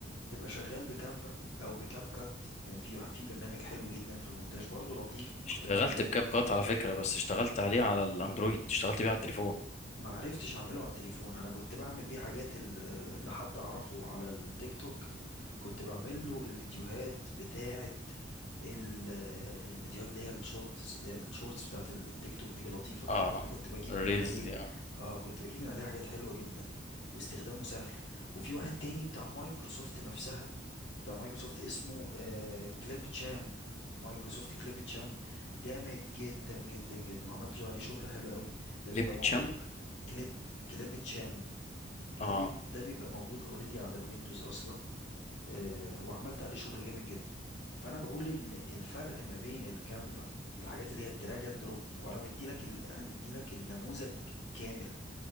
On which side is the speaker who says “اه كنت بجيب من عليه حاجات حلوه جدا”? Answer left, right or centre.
Left